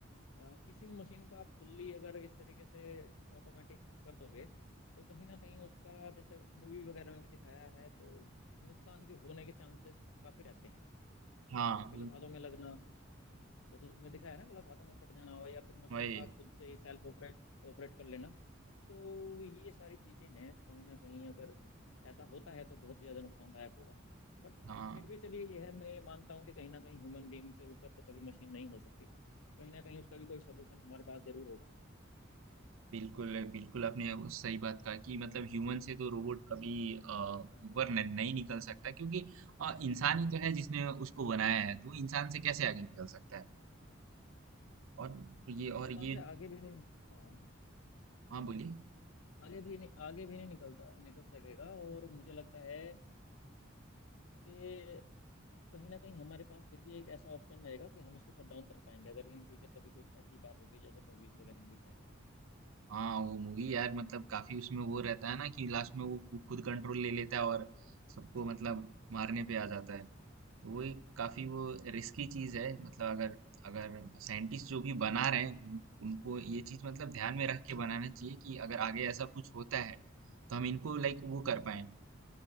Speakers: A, on the left; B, on the right.
A: अ, किसी भी मशीन को आप फुल्ली अगर इस तरीके से ऑटोमेटिक कर दोगे तो कहीं ना कहीं उसका जैसे मूवी वगैरह में भी दिखाया है तो नुकसान भी होने के चांसेस काफ़ी रहते हैं
B: हाँ
A: गलत हाथों में लगना जैसे उसमें दिखाया है ना गलत हाथों में पड़ जाना हो या फिर मशीन
B: वही
A: का खुद से ही सेल्फ ऑपरेट ऑपरेट कर लेना तो ये सारी चीजें हैं कहीं ना कहीं अगर ऐसा होता है तो बहुत ही ज्यादा नुकसानदायक होगा बट
B: हाँ
A: फिर भी चलिए ये है मैं ये मानता हूँ कि कहीं ना कहीं ह्यूमन बीइंग से ऊपर तो कभी मशीन नहीं हो सकती कहीं ना कहीं उसका भी कोई सोल्यूशन हमारे पास जरूर होगा
B: बिल्कुल, बिल्कुल आपने वो सही बात कहा कि मतलब ह्यूमन से तो रोबोट कभी अ, ऊपर न, नहीं निकल सकता क्योंकि अ, इंसान ही तो है जिसने उसको बनाया है तो वो इंसान से कैसे आगे निकल सकता है और ये और
A: इंसान
B: ये
A: से आगे भी नहीं हाँ
B: हाँ बोलिए
A: आगे भी नहीं आगे भी नहीं निकलता निकल सकेगा और मुझे लगता है कि कहीं ना कहीं हमारे पास फिर भी एक ऐसा ऑप्शन रहेगा कि हम इसको शट डाउन कर पाएंगे अगर इन फ्यूचर कभी कुछ ऐसी बात होती है जैसे मूवीज वगैरह में दिखाया है तो
B: हाँ, वो मूवी यार मतलब काफी उसमें वो रहता है ना कि लास्ट में वो खु- खुद कंट्रोल ले लेता है और सबको मतलब मारने पे आ जाता है तो वो एक काफी वो रिस्की चीज
A: हम्म,
B: है मतलब अगर अगर साइंटिस्ट जो भी बना रहे हैं उन- उनको ये चीज मतलब ध्यान में रख के बनाना चाहिए कि अगर आगे ऐसा कुछ होता है तो हम इनको लाइक वो कर पाए